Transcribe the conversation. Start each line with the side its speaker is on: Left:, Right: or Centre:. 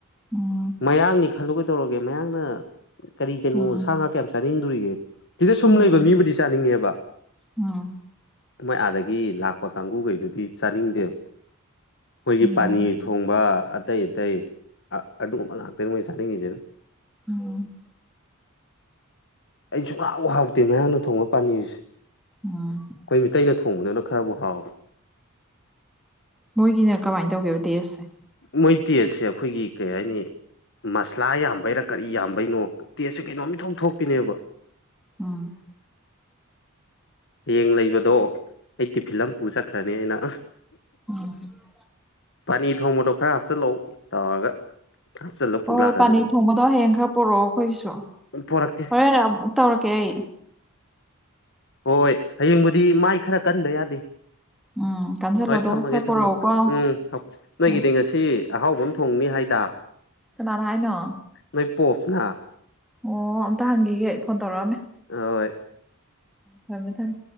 Centre: ꯎꯝ
Left: ꯃꯌꯥꯡꯅꯤ ꯈꯜꯂꯨ ꯀꯩꯗꯧꯔꯒꯦ ꯃꯌꯥꯡꯅ ꯀꯔꯤ ꯀꯩꯅꯣ
Centre: ꯎꯝ
Left: ꯁꯥ ꯉꯥ ꯀꯌꯥꯝ ꯆꯥꯅꯤꯡꯗꯣꯔꯤꯒꯦ? ꯁꯤꯗ ꯁꯨꯝ
Centre: ꯎꯝ
Left: ꯂꯩꯕ ꯃꯤꯕꯨꯗꯤ ꯆꯥꯅꯤꯡꯉꯦꯕ꯫
Centre: ꯎꯝ
Left: ꯃꯣꯏ ꯑꯥꯗꯒꯤ ꯂꯥꯛꯄ ꯀꯥꯡꯒꯨꯒꯩꯗꯨꯗꯤ ꯆꯥꯅꯤꯡꯗꯦꯕ ꯃꯣꯏꯒꯤ
Centre: ꯎꯝ
Left: ꯄꯥꯅꯤ ꯑ ꯑꯇꯩ ꯑꯇꯩ ꯑꯗꯨꯒꯨꯝꯕ ꯉꯥꯛꯇ ꯃꯣꯏ ꯆꯥꯅꯤꯡꯉꯤꯖꯦꯅꯥ
Centre: ꯑ‌ꫭ
Left: ꯑꯩꯁꯨ ꯁꯨꯡꯍꯥꯎ ꯍꯥꯎꯇꯦ ꯃꯌꯥꯡꯅ ꯊꯣꯡꯕ ꯄꯥꯅꯤꯔꯁꯦ꯫
Centre: ꯎꯝ
Left: ꯈꯣꯏ ꯃꯤꯇꯩꯅ ꯊꯣꯡꯕꯗꯨꯅ ꯈꯔꯕꯨ ꯍꯥꯎꯋꯤ꯫
Centre: ꯃꯣꯏꯒꯤꯅ ꯀꯃꯥꯏ ꯇꯧꯒꯦꯕ ꯇꯦꯁꯁꯦ?
Left: ꯃꯣꯏ ꯇꯦꯁꯁꯦ ꯈꯣꯏꯒꯤ ꯀꯔꯤ ꯍꯥꯏꯅꯤ ꯃꯁꯂꯥ ꯌꯥꯝꯕꯩꯔꯥ ꯀꯔꯤ ꯌꯥꯝꯕꯩꯅꯣ ꯇꯦꯁꯁꯦ ꯀꯩꯅꯣꯝ ꯏꯊꯣꯛ ꯊꯣꯛꯄꯤꯅꯦꯕ꯫
Centre: ꯎꯝ
Left: ꯍꯌꯦꯡ ꯂꯩꯕꯗꯣ ꯑꯩ ꯇꯤꯐꯤꯜꯃꯥ ꯄꯨꯔꯒ ꯆꯠꯈ꯭ꯔꯅ‌ꯦꯅꯤ
Centre: <inaudible>
Left: ꯄꯥꯅꯤ ꯊꯣꯡꯕꯗꯣ ꯈꯔ ꯍꯥꯞꯆꯤꯜꯂꯧ ꯇꯧꯔꯒ ꯍꯥꯞꯆꯤꯜꯂ ꯄꯨ
Centre: ꯍꯣꯏ
Left: ꯂꯥꯛꯀꯗꯣꯔꯤ
Centre: ꯄꯥꯅꯤꯔ ꯊꯣꯡꯕꯗꯣ ꯍꯌꯦꯡ ꯈꯔ ꯄꯔꯛꯑꯣ ꯇꯟꯈꯣꯏꯒꯤꯁꯨ
Left: ꯄꯣꯔꯛꯀꯦ
Centre: ꯍꯣꯔ ꯑꯃꯨꯛ ꯇꯧꯔꯛꯀꯦ ꯑꯩ꯫
Left: ꯍꯣꯏ ꯍꯌꯦꯡꯕꯨꯗꯤ ꯃꯥꯏ ꯈꯔ ꯀꯟꯗ ꯌꯥꯗꯦ꯫
Centre: ꯎꯝ ꯀꯥꯟꯁꯤꯜꯂꯣ
Left: ꯍꯣꯏ
Centre: ꯑꯗꯨꯒ
Left: ꯊꯝꯃꯒꯦ
Centre: ꯈꯔ
Left: ꯊꯝꯃꯒꯦ
Centre: ꯄꯣꯔꯛꯎꯀꯣ
Left: ꯎꯝ ꯊꯝ ꯅꯣꯏꯒꯤꯗꯤ
Centre: ꯎꯝ
Left: ꯉꯁꯤ ꯁꯤ ꯑꯍꯥꯎꯕ ꯑꯃ ꯊꯣꯡꯅꯤ ꯍꯥꯏꯗ꯫
Centre: ꯀꯅꯥꯅ ꯍꯥꯏꯅꯣ?
Left: ꯅꯣꯏ ꯄꯣꯞꯁꯅ꯫
Centre: ꯑꯣ ꯑꯝꯇ ꯍꯪꯈꯤꯒꯦ ꯑꯩ ꯐꯣꯟ ꯇꯧꯔꯛꯑꯝꯃꯦ꯫
Left: ꯍꯣꯏ
Centre: ꯊꯝꯃꯦ ꯊꯝꯃꯦ